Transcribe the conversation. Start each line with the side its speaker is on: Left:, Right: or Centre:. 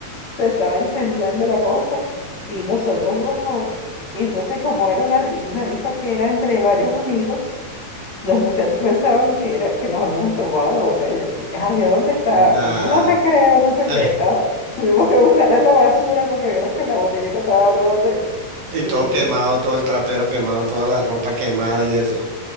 Left: se estaba incendiando la cosa y nosotros, wow. Y entonces como era una, ri- una rifa que era entre varios amigos, los muchachos <laughs> pensaban que era que nos habíamos tomado la botella. Y, ay, ¿a dónde está?
Right: Nah.
Left: No te creo, no sé
Right: <laughs>
Left: qué. Ah, tuvimos que buscarla en la basura porque vieron que la botellita estaba rota.
Right: Y
Left: Y,
Right: todo quemado,
Left: y
Right: todo el trapero quemado, toda la ropa quemada y eso.